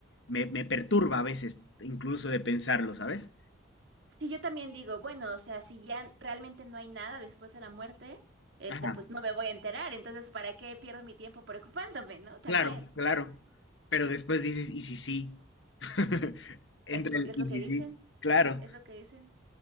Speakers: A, on the left; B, on the right.
A: me, me perturba a veces, incluso de pensarlo, ¿sabes?
B: Sí, yo también digo, bueno, o sea, si ya realmente no hay nada después de la muerte, este,
A: Ajá.
B: pues no me voy a enterar, entonces, ¿para qué pierdo mi tiempo preocupándome, no? También,
A: Claro, claro. Pero después dices, ¿y si sí? <laughs> entre
B: eh, porque
A: el,
B: es
A: ¿y
B: lo que
A: si
B: dicen,
A: sí? Claro,
B: es lo que dicen.